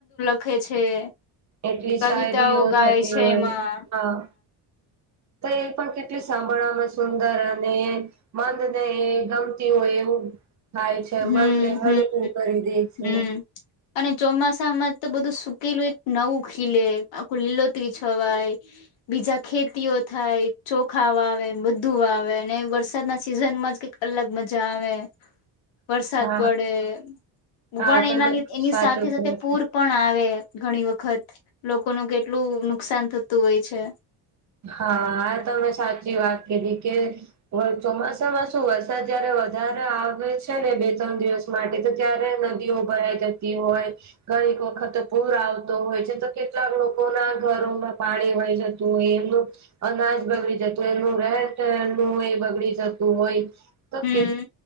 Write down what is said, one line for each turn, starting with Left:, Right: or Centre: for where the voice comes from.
Left: ખે છે.
Right: એટલી
Left: કવિતાઓ
Right: શાયરી
Left: ગાય
Right: થતી
Left: છે
Right: હોય,
Left: એમાં
Right: હા. તો એ પણ કેટલી સાંભળવામાં સુંદર અને મનને એ ગમતી હોય એવું થાય છે. મનને
Left: હમ
Right: હડકું
Left: હમ
Right: કરી દે છે.
Left: હમ અને ચોમાસામાં તો બધું સુકેલુંએક નવું ખીલે, આખું લીલોતરી છવાય. બીજા ખેતીઓ થાય, ચોખા વાવેન ને બધું વાવે, ને વરસાદના સિઝન માં જ કંઈક અલગ મજા આવે. વરસાદ
Right: હા
Left: પડે. <unintelligible>
Right: હા તમે
Left: એના લીધ ની
Right: સાચું
Left: સાથે-સાથે
Right: કહો છો.
Left: પૂર પણ આવે ઘણી વખત. લોકોનું કેટલું નુકસાન થતું હોય છે.
Right: હા. તમે સાચી વાત કીધી કે વ ચોમાસામાં શું વરસાદ જયારે વધારે આવે છે ને બે-તણ દિવસ માટે તો ત્યારે નદીઓ ભરાઈ જતી હોય. ઘણીક વખત પૂર આવતો હોય છે, તો કેટલાક લોકો ના ઘરોમાં પાણી વહી જતું હોય, એ નુ અનાજ બગડી જતું હોય, એનું રહેઠેણનું એ બગડી જતું હોય. તો
Left: હમ
Right: કે,